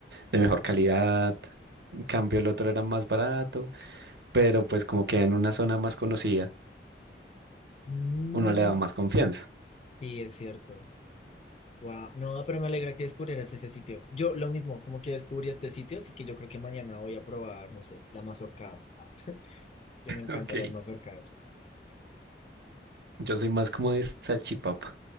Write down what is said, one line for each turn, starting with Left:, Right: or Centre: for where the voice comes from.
Right: de mejor calidad, en cambio el otro era más barato, pero pues como queda en una zona más conocida,
Left: mm,
Right: uno le da más confianza.
Left: sí, es cierto. Wow, no, pero me alegra que descubrieras ese sitio. Yo lo mismo, como que descubrí este sitio, así que yo creo que mañana voy a probar, no sé, la mazorcada. Ah, que me encantan
Right: Ok.
Left: las mazorcadas.
Right: Yo soy más como de salchipapa.